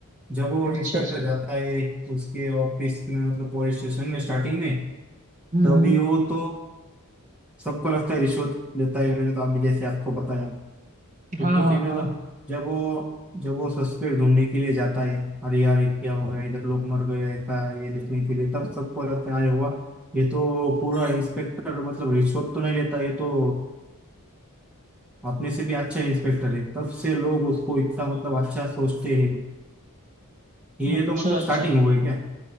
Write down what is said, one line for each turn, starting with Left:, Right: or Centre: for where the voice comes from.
Centre: जब वो
Right: अच्छा
Centre: इंस्पेक्टर
Right: अच्छा
Centre: जाता है उसके ऑफिस में मतलब पुलिस स्टेशन में स्टार्टिंग में
Right: हम्म
Centre: तभी
Right: हम्म
Centre: वो तो सबको लगता है रिश्वत लेता है मैंने तो अभी जैसे आपको बताया फिर
Right: हाँ
Centre: तो
Right: हाँ
Centre: फिर
Right: हाँ
Centre: जब वो जब वो सस्पेक्ट ढूंढने के लिए जाता है अरे यार ये क्या हो गया इधर लोग मर गए ऐसा ये देखने के लिए तब सबको लगता है अरे हुआ ये तो पूरा इंस्पेक्टर मतलब रिश्वत तो नहीं लेता ये तो अपने से भी अच्छा इंस्पेक्टर है तब से लोग उसको इतना मतलब अच्छा सोचते हैं ये
Right: अच्छा
Centre: तो मतलब
Right: अच्छा
Centre: स्टार्टिंग हो गई क्या